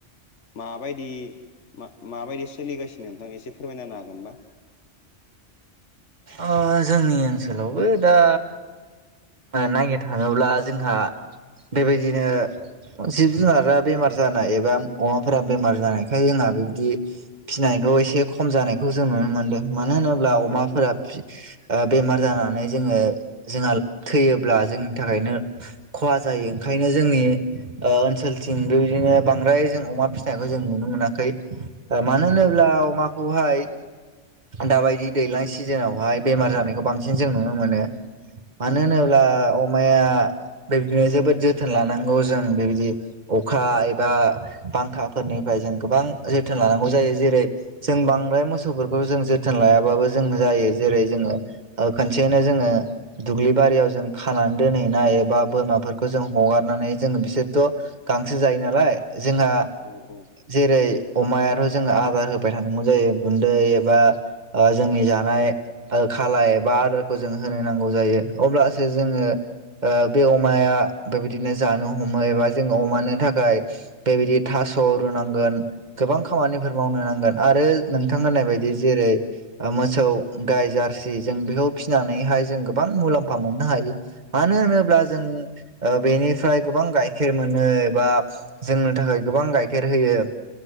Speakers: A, on the left (about 75°); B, on the right (about 40°).
A: माबायदि माबायदि सोलिगासिनो नोंथां एसे फोरमायना होनो हागोनबा
B: ओ जोंनि ओनसोलावबो दा नायनो थाङोब्ला जोंहा बेबायदिनो जिब जुनारा बेमार जानाय एबा अमाफोरा बेमार जानायखाय जोंहा बेबायदि फिसिनायखौ एसे खम जानायखौ जों नुनो मोन्दों मानो होनो ब्ला अमाफोरा
A: औ औ
B: बेमार जानानै जोङो जोंहा थैयोब्ला जोंनि थाखायनो खहा जायो ओंखायनो जोंनि ओ ओनसोलथिं बेबायदिनो बांद्राय जों अमा फिसिनायखौ जों नुनो मोनाखै। ओ मानो होनोब्ला अमाखौहाय दाबायदि दैज्लां सिजोनावहाय बेमार जानायखौ बांसिन जों नुनो मोनो। मानो
A: औ
B: होनोब्ला
A: औ
B: अमाया बेबादिनो जोबोद जोथोन लानांगौ जों बे बायदि अखा एबा बांखाफोरनिफ्राय जों गोबां जोथोन लानांगौ जायो जेरै जों बांद्राय मोसौफोरखौ जों जोथोन लायाबाबो जों जायो जेरै जोङो ओ खनसेयैनो जोङो दुब्लि बारियाव जों खानानै दोनहैनाय एबा बोरमाफोरखौ जों हगारनानै जों बिसोरथ' गांसो जायो नालाय जोंहा
A: औ औ
B: जेरै अमायाथ' जोङो आदार होबाय थानांगौ जायो गुन्दै एबा ओ जोंनि जानाय ओ खालाय एबा आदारखौ जों होनो नांगौ जायो अब्लासो जोङो ओ बे अमाया बेबायदिनो जानो हमो एबा जोङो अमानो थाखाय बेबायदि थास' रुनांगोन गोबां खामानिफोर मावनो नांगोन आरो नोंथां होननाय बायदि जेरै ओ मोसौ गाय जार्सि जों बेखौ फिसिनानैहाय जों गो गोबां मुलाम्फा मोननो हायो मानो होनोब्ला जोङो ओ बेनिफ्राय गोबां गाइखेर मोनो एबा जोंनो थाखाय गोबां गाइखेर होयो।